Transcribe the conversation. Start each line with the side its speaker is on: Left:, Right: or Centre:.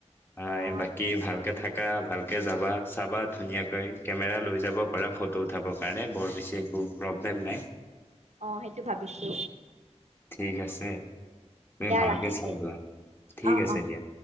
Left: হয়,
Right: অ',
Left: বাকী ভাল। ভালকে থাকা, ভালকে যাবা চাবা ধুনীয়াকৈ, কেমেৰা লৈ যাব পাৰা ফটো উঠাবৰ কাৰণে বৰ বেছি একো প্ৰব্লেম নাই।
Right: অ সেইটো ভাবিছো।
Left: ঠিক আছে। তুমি ভালকে
Right: ৰাখিছোঁ।
Left: চাই লোৱা, ঠিক
Right: অ',
Left: আছে
Right: অ'।
Left: দিয়া।